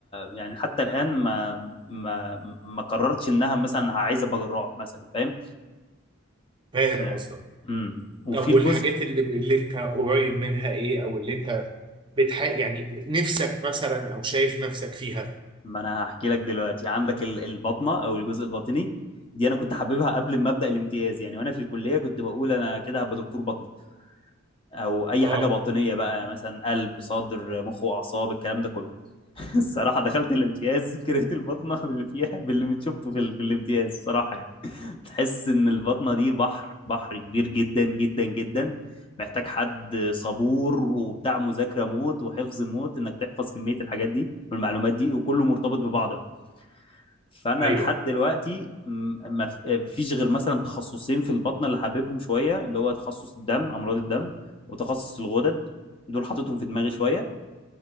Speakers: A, on the left; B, on the right.
A: يعني حتى الان
B: مم.
A: ما ما ما قررتش انها مثلا عايزه ابقى جراح مثلا فاهم
B: فاهم
A: آه،
B: قصدك
A: امم وفي
B: طب والحاجات
A: الجزء
B: اللي اللي انت قريب منها ايه او اللي انت بتح يعني نفسك مثلا او شايف نفسك فيها
A: ما انا هحكي لك دلوقتي عندك ال- البطنه او الجزء الباطني دي انا كنت حاببها قبل ما ابدا الامتياز يعني وانا في الكليه كنت بقول انا كده هبقى دكتور بطن او اي
B: اه
A: حاجه باطنيه بقى مثلا قلب صدر مخ واعصاب الكلام ده كله <laughs> الصراحه دخلت الامتياز <laughs> كرهت البطنه باللي فيها باللي من شفته في, ال- في الامتياز الصراحه يعني. تحس ان البطنة دي بحر بحر كبير جدا جدا جدا محتاج حد صبور وبتاع مذاكرة موت وحفظ موت انك تحفظ كمية الحاجات دي والمعلومات دي وكله مرتبط ببعض بقى فانا
B: ايوه
A: لحد دلوقتي م- ما ف- فيش غير مثلا تخصصين في البطنة اللي حاببهم شوية اللي هو تخصص الدم امراض الدم وتخصص الغدد دول حاططهم في دماغي شوية